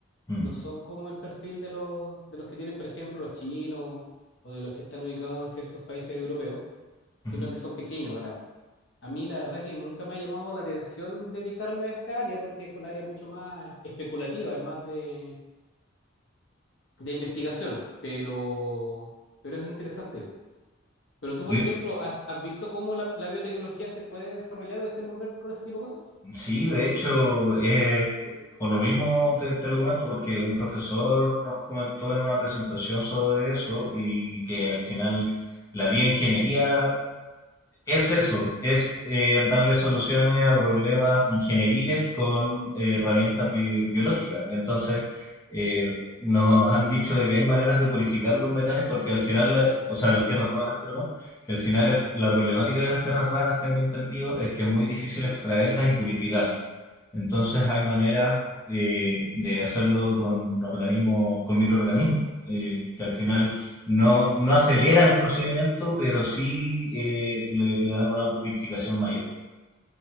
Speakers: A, on the left; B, on the left.
A: Mm,
B: No son como el perfil de los, de los que tienen, por ejemplo, los chinos o de los que están ubicados en ciertos países europeos, sino
A: ujú.
B: que son pequeños. Para, a mí, la verdad que nunca me ha llamado la atención dedicarme a esa área porque es un área mucho más especulativa, es más de, de investigación, pero, pero es interesante. Pero tú,
A: Yo-
B: por ejemplo, ¿has, has visto cómo la, la biotecnología se puede desarrollar o desenvolver con ese tipo de cosas?
A: Sí, de hecho, eh, por lo mismo te, te lo comento, porque un profesor nos comentó en una presentación sobre eso y que al final la bioingeniería Es eso, es eh, darle soluciones a problemas ingenieriles con eh, herramientas bi- biológicas. Entonces, eh, nos han dicho de que hay maneras de purificar los metales porque al final, la- o sea, las tierras raras, perdón, que al final el- la problemática de las tierras raras, tengo entendido, es que es muy difícil extraerlas y purificarlas. Entonces, hay maneras eh, de hacerlo con organismos, con microorganismos, eh, que al final no, no aceleran el procedimiento, pero sí eh, le, le dan una purificación mayor.